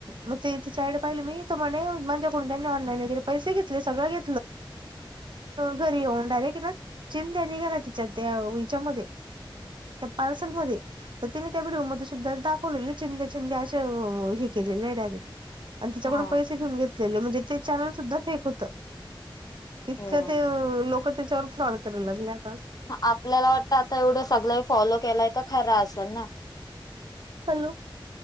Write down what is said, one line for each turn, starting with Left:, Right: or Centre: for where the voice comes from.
Right: मग ते इथे चाईडे पाहिले, मी त म्हणे माझ्याकडून त्यांनी ऑनलाईन वगैरे पैसे घेतले सगळे. घरी <unintelligible> चिंद्या निघाला तिच्या ते हच्यामध्येध्ये. त्या पार्सलमध्येध्ये तर त्याने त्या व्हिडिओमध्ये सुद्धा दाखवलेले चिंदे चिंदे अे हे के. डरे त्याच्याकडून
Left: हा
Right: पै घेन घेत म्हणजे ते चॅल सुधा फेक होत. इतकं
Left: हो
Right: ते लोक त्याच्यावर फ्रॉड करायला लागल्यात.
Left: आपल्याला वाटतं आता एवढं सगळ फॉलो केलाय तर खरं असेल ना.
Right: हॅलो